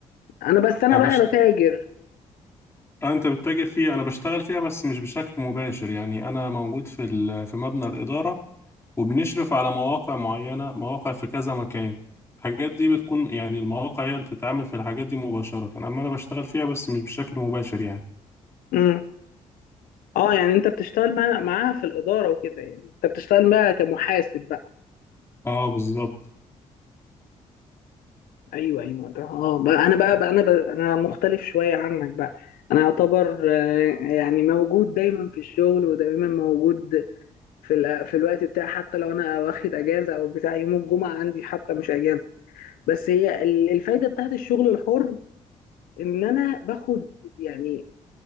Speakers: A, on the left; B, on the left.
A: انا بس انا
B: أنا
A: بقى
B: بش...
A: بتاجر
B: آه، انت بتتاجر فيها انا بشتغل فيها بس مش بشكل مباشر يعني انا موجود في ال... في مبنى الإدارة وبنشرف على مواقع معينة مواقع في كذا مكان الحاجات دي بتكون يعني المواقع هي اللي بتتعامل في الحاجات دي مباشرة أما أنا بشتغل فيها بس مش بشكل مباشر يعني
A: امم اه يعني انت بتشتغل مع معاها في الاداره وكده يعني انت بتشتغل بقى كمحاسب بقى
B: اه بالظبط
A: ايوه ايوه ده اه بقى انا بقى, بقى انا بقى انا مختلف شويه عنك بقى انا يعتبر آه، يعني موجود دايما في الشغل ودايما موجود في ال- في الوقت بتاعي حتى لو انا واخد اجازه او بتاع يوم الجمعه عندي حتى مش اجازه بس هي ال- الفايده بتاعت الشغل الحر ان انا باخد يعني